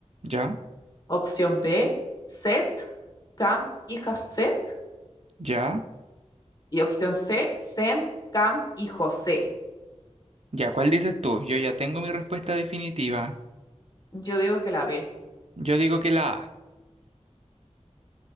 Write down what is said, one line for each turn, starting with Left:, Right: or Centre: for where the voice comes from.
Right: Ya,
Left: Opción B, Set, Cam y Jafet.
Right: ya,
Left: Y opción C, Sem, Cam y José.
Right: ya, ¿cuál dices tú? Yo ya tengo mi respuesta definitiva.
Left: Yo digo que la B.
Right: Yo digo que la A.